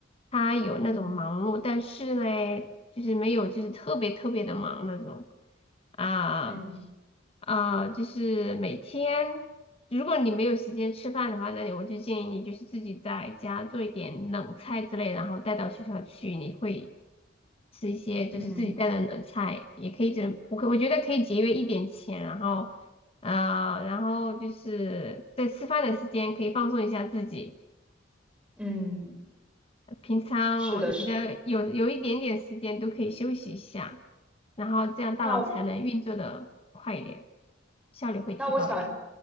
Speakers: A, on the left; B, in the centre.
A: 他有那种忙碌，
B: 嗯
A: 但是呢，就是没有就是特别特别的忙那种啊
B: 嗯
A: 啊，就是每天如果你没有时间吃饭的话，那你我就建议你就是自己在家做一点冷菜之类，然后带到学校去，你会。吃一些就是自己带的冷菜，
B: 嗯
A: 也可以这，我可我觉得可以节约一点钱，然后啊、呃然后就是在吃饭的时间可以放松一下自己。
B: 嗯，
A: 平常我觉得有有一点点时间都可以休息一下，
B: 是的，是的。
A: 然后这样大脑才能运作的快一点，
B: 那
A: 效率会提高一点。
B: 那我想，